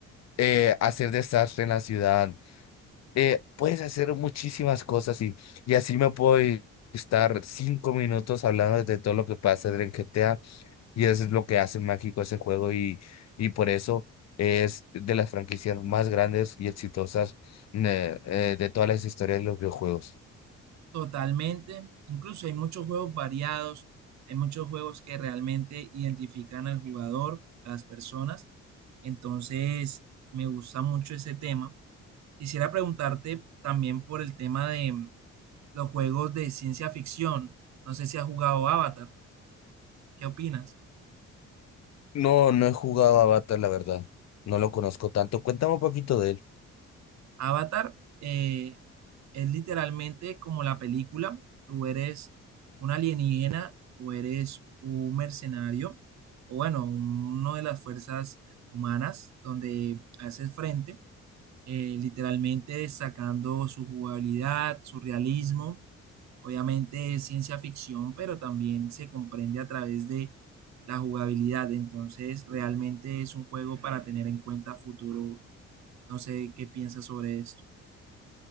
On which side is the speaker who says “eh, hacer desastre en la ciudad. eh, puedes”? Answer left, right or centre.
Left